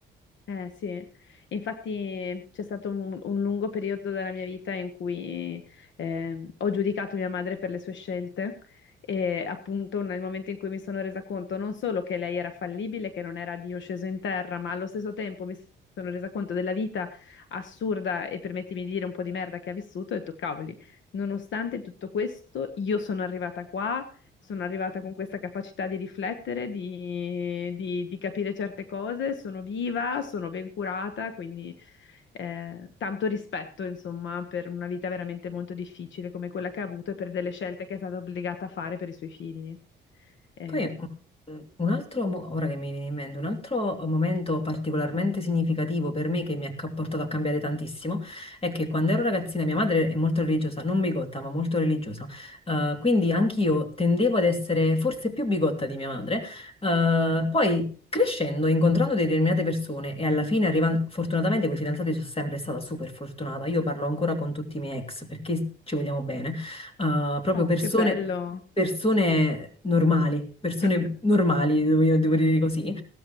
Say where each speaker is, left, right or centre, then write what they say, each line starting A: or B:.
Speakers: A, on the left; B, on the left.
A: Eh sì, infatti c'è stato un, un lungo periodo della mia vita in cui eh, ho giudicato mia madre per le sue scelte e appunto nel momento in cui mi sono resa conto non solo che lei era fallibile, che non era Dio sceso in terra, ma allo stesso tempo mi sono resa conto della vita assurda e permettimi di dire un po' di merda che ha vissuto e ho detto, cavoli, nonostante tutto questo io sono arrivata qua sono arrivata con questa capacità di riflettere, di, di- di capire certe cose, sono viva, sono ben curata, quindi eh, tanto rispetto, insomma, per una vita veramente molto difficile come quella che ha avuto e per delle scelte che è stata obbligata a fare per i suoi figli. Eh,
B: Poi mm, un altro, mo- ora che mi viene in mente, un altro momento particolarmente significativo per me che mi ha ca- portato a cambiare tantissimo è che quando ero ragazzina mia madre è molto religiosa, non bigotta, ma molto religiosa. Eh, quindi anch'io tendevo ad essere forse più bigotta di mia madre. Eh, poi crescendo, incontrando determinate persone e alla fine arrivando, fortunatamente con i fidanzati sono sempre stata super fortunata. Io parlo ancora con tutti i miei ex perché ci vogliamo bene eh, proprio
A: oh,
B: persone,
A: che bello!
B: persone normali, persone
A: <laughs>
B: normali, devo, io devo dire così,